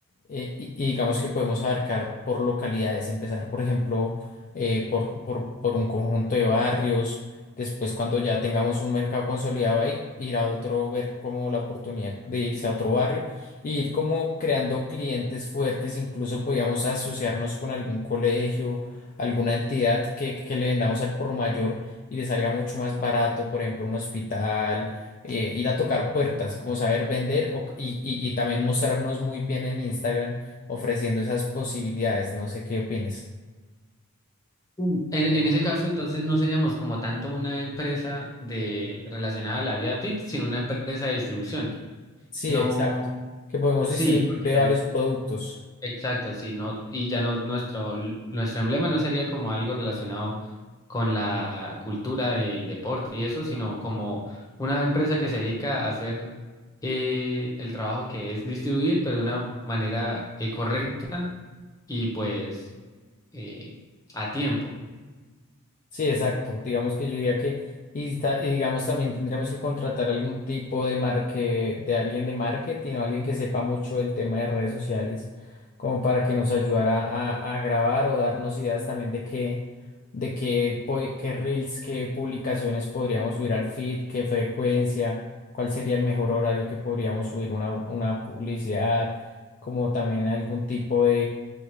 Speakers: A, on the left (about 35°); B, on the left (about 15°).
A: eh, y, y digamos que podemos abarcar por localidades, empezar, por ejemplo, eh, por, por, por un conjunto de barrios, después cuando ya tengamos un mercado consolidado ahí, ir a otro, ver como la oportunidad de irse a otro barrio, e ir como creando clientes fuertes, incluso podríamos asociarnos con algún colegio, alguna entidad que, que le vendamos al por mayor y le salga mucho más barato, por ejemplo, un hospital eh, ir a tocar puertas, como saber vender o- y, y- y también mostrarnos muy bien en Instagram ofreciendo esas posibilidades. No sé qué opines.
B: Mm. En, en ese caso, entonces no seríamos como tanto una empresa de relacionada a la vida fit, sino una empresa de distribución.
A: Sí,
B: No,
A: exacto. Que podemos
B: sí,
A: distribuir
B: porque
A: de
B: ya
A: varios
B: no.
A: productos.
B: Exacto, sí, no, y ya no nuestro nuestro emblema no sería como algo relacionado con la cultura del deporte y eso, sino como una empresa que se dedica a hacer eh, el trabajo que es distribuir, pero de una manera eh, correcta y pues eh, a tiempo.
A: Sí, exacto. Digamos que yo diría que, y, ta- y digamos también tendríamos que contratar algún tipo de marque, de alguien de marketing o alguien que sepa mucho del tema de redes sociales, como para que nos ayudara a, a grabar o darnos ideas también de qué, de qué, po- qué reels, qué publicaciones podríamos subir al feed, qué frecuencia, cuál sería el mejor horario que podríamos subir una, una publicidad, como también algún tipo